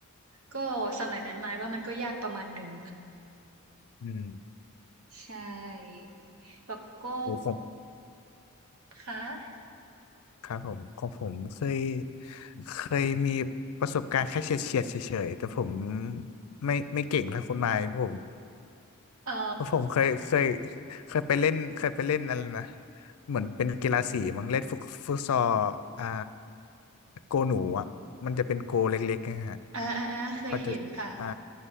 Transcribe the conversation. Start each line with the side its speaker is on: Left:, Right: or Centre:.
Right: ก็สมัยนั้นหมายว่ามันก็ยากประมาณหนึ่ง
Left: อืม
Right: ใช่แล้วก็
Left: โอ้ผม
Right: ค่ะ
Left: ครับผมของผมเคยเคยมีประสบการณ์แค่เฉียดเฉียดเฉยๆแต่ผมไม่ไม่เก่งเท่าคุณไม้ผม
Right: อ๋อ
Left: ผมเคยเคยเคยไปเล่นเคยไปเล่นอะไรนะเหมือนเป็นกีฬาสีมั้งเล่นฟุตฟุตซอลอ่าโกหนูอ่ะมันจะเป็นโกเล็กๆนะฮะ
Right: อ่าอ่าอ่าเคยเห็นค่ะ
Left: พอจะอ่า